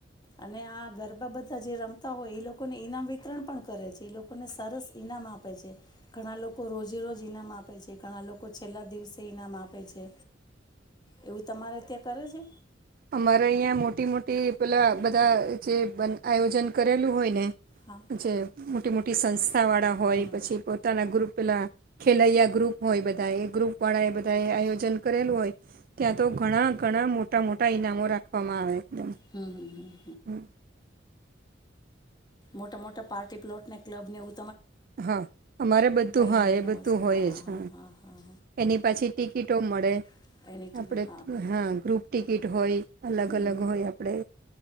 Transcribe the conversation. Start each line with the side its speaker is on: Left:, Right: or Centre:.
Left: અને આ ગરબા બધા જે રમતા હોય એ લોકોને ઈનામ વિતરણ પણ કરે છે. તે લોકોને સરસ ઇનામ આપે આપ છે ઘણા લોકો રોજે રોજ ઈનામ આપે છે ઘણા લોકો છેલ્લા દિવસે ઈનામ આપે છે એવું તમારે ત્યાં કરે છે.
Right: અમારે અહી મોટી મોટી પેલા બધા જે આયોજન કરેલું હોય ને
Left: હા
Right: જે મોટી મોટી સંસ્થા વાળા હોય
Left: હમ હમ
Right: પછી પોતાના ગ્રુપ પેલા ખેલૈયા ગ્રુપ હોય બધા એ ગ્રુપ વાળા એ બધાએ આયો ભજન કરેલું હોય. ત્યાં તો ઘણા ઘણા મોટા ટા મોટા ઈનામો રાખવામાં આવે.
Left: હમ હમ હ.
Right: હમ.
Left: મોટા મોટા પાર્ટી પ્લોટને ક્લબને એવુ
Right: હા અમારે બધું હા
Left: ઇનામને
Right: એ બધું
Left: હશે
Right: હોય
Left: હા
Right: જ હ
Left: હા હા હા
Right: એની પાછી ટિકિટો મળે
Left: હા એની ટીવી
Right: આપણે હા ગ્રુપ ટિકિટ હોય અલગ
Left: હમ
Right: અલગ હોય આપણે